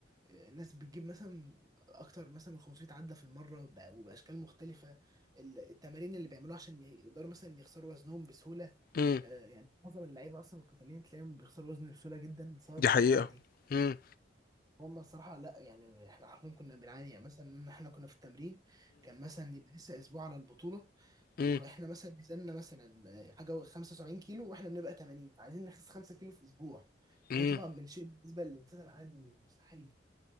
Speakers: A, on the right (about 20°); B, on the left (about 50°).
A: آه، ناس بتجيب مثلا أكتر مثلا من 500 عدة في المرة بقى- وبأشكال مختلفة ال- التمارين اللي بيعملوها عشان يقدروا مثلا يخسروا وزنهم بسهولة
B: امم
A: آه، يعني معظم اللعيبة أصلا القتاليين تلاقيهم بيخسروا وزن بسهولة جدا بسبب
B: دي حقيقه
A: الحاجات دي
B: امم
A: هم الصراحة لا يعني احنا عارفين كنا بنعاني يعني مثلا ان احنا كنا في التمرين كان مثلا يبقى لسه اسبوع على البطولة واحنا
B: امم
A: مثلا ميزاننا مثلا حاجة 75 كيلو واحنا بنبقى 80 فعايزين نخس 5 كيلو في اسبوع
B: إمم.
A: وده طبعا من شيء بالنسبة للإنسان العادي مستحيل